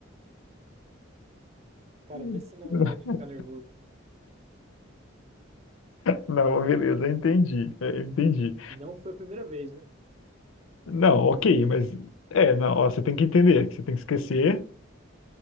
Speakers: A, on the right (about 30°); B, on the left (about 80°).
A: Cara,
B: Hum.
A: vê se não
B: <laughs>
A: é de ficar nervoso.
B: Não, beleza, entendi. é, Entendi.
A: E não foi a primeira vez, viu?
B: Não, ok, mas. É, não, ó, você tem que entender, que você tem que esquecer.